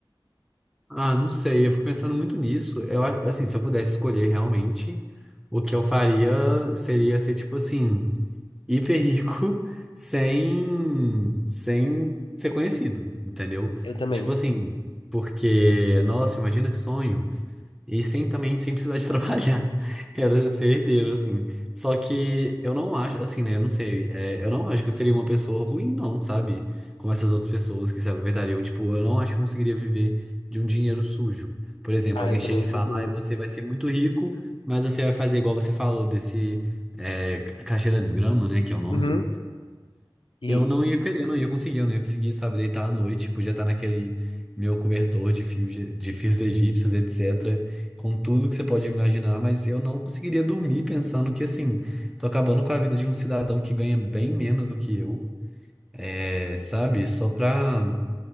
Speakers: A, in the centre; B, on the left (about 85°).
A: Ah, não sei, eu fico pensando muito nisso. Eu, a- assim, se eu pudesse escolher realmente, o que eu faria seria ser tipo assim. hiper rico sem, sem ser conhecido, entendeu?
B: Eu também.
A: Tipo assim, porque, nossa, imagina que sonho. E sem também, sem precisar de <laughs> trabalhar. Era ser herdeiro, assim. Só que eu não acho, assim, né? Eu não sei. é, eu não acho que eu seria uma pessoa ruim, não, sabe? Como essas outras pessoas que se aproveitariam. Tipo, eu não acho que eu conseguiria viver de um dinheiro sujo. Por exemplo,
B: Ah,
A: alguém
B: eu também.
A: chega e fala,
B: Uhum.
A: ah, você vai ser muito rico, mas você vai fazer igual você falou, desse é, ca- caixeira desgrama, né? Que é o nome.
B: Uhum. Isso.
A: Eu não ia querer, eu não ia conseguir, eu não ia conseguir, sabe, deitar à noite, podia estar naquele meu cobertor de fios, de de fios egípcios, etc, com tudo que você pode imaginar, mas eu não conseguiria dormir pensando que, assim, tô acabando com a vida de um cidadão que ganha bem menos do que eu, é, sabe, só pra,